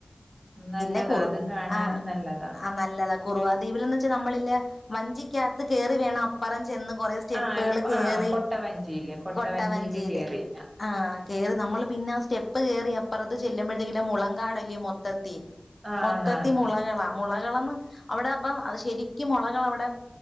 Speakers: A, on the right; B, on the left.
A: നല്ലതാ
B: പിന്നെ കുറു
A: അതും കാണാനും
B: ആഹ്
A: നല്ലതാ
B: ആഹ് നല്ലതാ കുറുവാ ദ്വീപിലൊന്നിച്ച് നമ്മളില് വഞ്ചിക്കകത്ത് കയറി വേണം അപ്പറെ ചെന്ന് കുറെ സ്റ്റെപ്പുകൾ
A: ആഹ് അല്ല
B: കേറി
A: ആഹ് കൊട്ടവഞ്ചിയില് കൊട്ടവഞ്ചിയില്
B: കൊട്ട വഞ്ചിയില്
A: കേറി
B: ആഹ് കേറി നമ്മൾ പിന്നെ സ്റ്റെപ്പ് കേയറി അപ്പുറത്ത് ചെല്ലുമ്പോഴത്തെക്ക് മുളങ്കാടല്ലേ മൊത്തം തത്തിൽ
A: ആന്നാന്ന്
B: മൊത്തത്തിൽ മുളകളാ മുളകളാ അവിടെ അപ്പ ശരിക്കും മുളകൾ അവിടെ